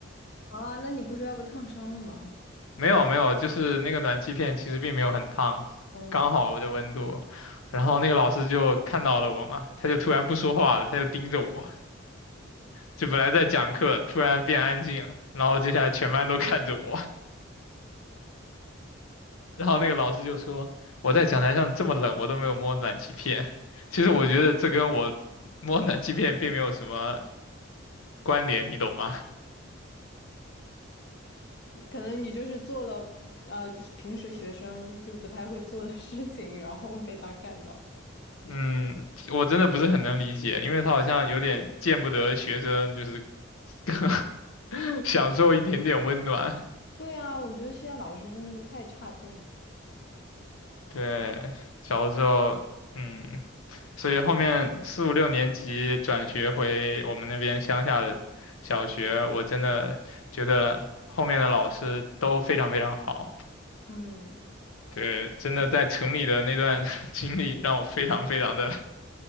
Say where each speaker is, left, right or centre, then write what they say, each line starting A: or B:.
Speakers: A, on the left; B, on the left.
A: 啊，那你不是要被烫伤了吗？
B: 没有没有，就是那个暖气片其实并没有很烫，
A: 嗯。
B: 刚好我的温度。然后那个老师就看到了我嘛，他就突然不说话了，他就盯着我，就本来在讲课，突然变安静了，然后接下来全班都看着我，<laughs> 然后那个老师就说我在讲台上这么冷，我都没有摸暖气片。<laughs> 其实我觉得这跟我摸暖气片并没有什么关联，你懂吗？
A: 可能你就是做了呃平时学生就不太会做的事情，<laughs> 然后被他看到。
B: 嗯，我真的不是很能理解，因为他好像有点见不得学生，就是 <laughs> 享受一点点温暖。
A: 对啊，我觉得现在老师真的是太差劲了。
B: 对，小的时候，嗯，所以后面四五六年级转学回我们那边乡下的小学，我真的觉得后面的老师都非常非常好。
A: 嗯，
B: 对，真的在城里的那段 <laughs> 经历让我非常非常的